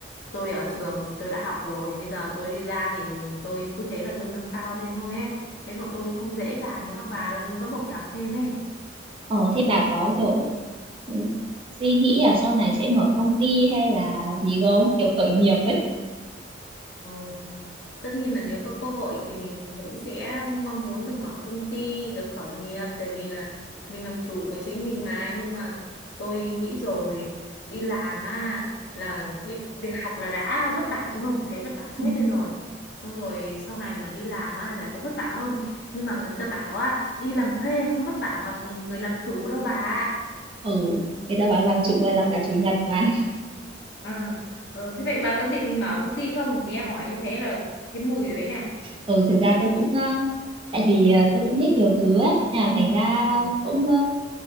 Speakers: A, on the left; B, on the right.
A: tôi ở trường tôi đã học rồi bây giờ tôi đi ra thì tôi cứ thế là tôi nâng cao lên thôi ấy thế bọn tôi không dễ dàng như các bà đâu nên bắt buộc phải học thêm ấy
B: ờ thế bà có kiểu ừ, suy nghĩ là sau này sẽ mở công ty hay là gì không kiểu khởi nghiệp ấy
A: Ờ, Tất nhiên là nếu có cơ hội thì mình vẫn sẽ mong muốn được mở công ty, được khởi nghiệp tại vì là mình làm chủ của chính mình mà nhưng mà tôi nghĩ rồi đi làm á là việc, việc học là đã vất vả đúng không? Thấy vất vả chết
B: ừ
A: lên rồi. Xong rồi sau này mà đi làm á lại còn vất vả hơn. Nhưng mà người ta bảo á đi làm thuê không vất vả bằng người làm chủ đâu bà ạ.
B: ừ, người ta bảo làm chủ và làm cả chủ nhật mà
A: À, ờ, thế vậy bà có định mở công ty không? Nghe hỏi như thế là thấy mùi rồi đấy nha.
B: ừ thực ra tôi cũng ờ, tại vì ờ, tôi cũng thích nhiều thứ ấy nên là thành ra
A: Ờ.
B: cũng ờ,